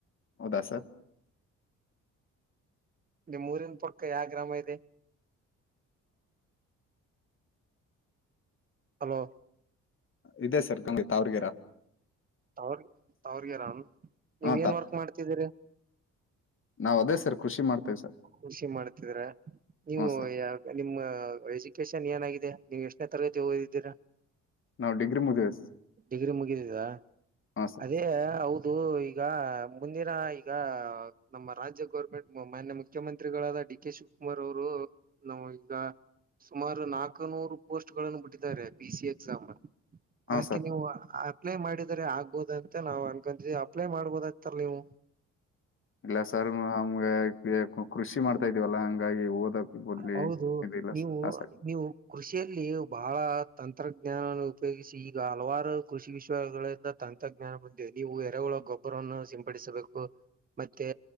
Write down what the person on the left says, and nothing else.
ಹೌದಾ ಸರ್
ಇದೆ ಸರ್ ಗಂಗ ತಾವ್ರಗರ.
ಹಾ
ನಾವು ಅದೇ ಸರ್ ಕೃಷಿ ಮಾಡ್ತೇವಿ ಸರ್
ಹ್ಞೂ ಸರ್
ನಾವ ಡಿಗ್ರಿ ಮುಗದಿದೇ ಸರ್
ಸರ್
ಹ್ಞೂ
ಸರ್
ಇಲ್ಲ ಸರ್ ನಮ್ಗೆ ಕೃಷಿ ಮಾಡ್ತಾ ಇದ್ದೀವಲ್ಲಾ ಹಂಗಾಗಿ ಓದಕ್ ಓದ್ಲಿ
ಇದಿಲ್ಲ
ಸರ್. ಹಾ ಸರ್